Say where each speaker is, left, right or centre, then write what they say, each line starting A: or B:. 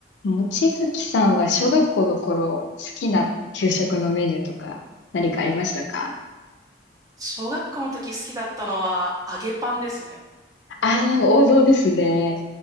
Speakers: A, on the left; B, on the right.
A: 望月さんは小学校の頃、好きな給食のメニューとか何かありましたか
B: 小学校の時好きだったのは揚げパンですね。
A: ああー、王道ですね。